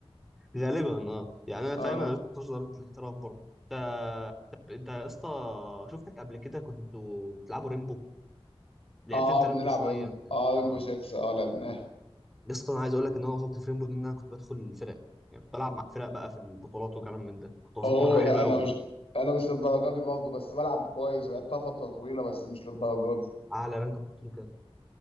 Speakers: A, in the centre; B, on the left.
A: غالبا اه يعني انا
B: اه
A: فاهم انا لسه ما وصلتش لدرجه الاحتراف برضه انت طب انت يا اسطى شفتك قبل كده كنتوا بتلعبوا ريمبو لعبت
B: اه
A: انت
B: بنلعب
A: ريمبو شويه
B: ريمبو
A: انت
B: اه ريمبو
A: اه
B: 6 اه لعبناه
A: يا اسطى انا عايز اقول لك ان انا وصلت في ريمبو دي ان انا كنت بدخل الفرق يعني كنت بلعب مع الفرق بقى في البطولات وكلام من ده كنت وصلت
B: اوه
A: مرحله
B: لا
A: حلوه
B: انا
A: قوي
B: مش انا مش للدرجه دي برضه بس بلعب كويس لعبتها فتره طويله بس مش للدرجه دي
A: اعلى رانك كنت له كان